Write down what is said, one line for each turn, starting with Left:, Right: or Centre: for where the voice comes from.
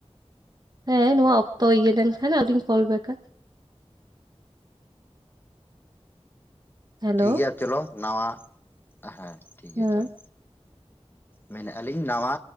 Right: ᱦᱮᱸ ᱱᱚᱣᱟ ᱚᱠᱛᱚ ᱤᱭᱟᱹ ᱞᱮᱱ ᱠᱷᱟᱱ ᱟᱞᱤᱧ ᱠᱚᱞᱵᱮᱜᱟ ᱦᱮᱞᱳ
Left: ᱴᱷᱤᱠ ᱜᱮᱭᱟ ᱪᱚᱞᱚ ᱱᱟᱣᱟ ᱦᱮᱸ ᱴᱷᱤᱠ ᱜᱮᱭᱟ
Right: ᱦᱮᱸ
Left: ᱪᱚᱞᱚ ᱢᱮᱱᱮᱫᱼᱟ ᱞᱤᱧ ᱱᱟᱣᱟ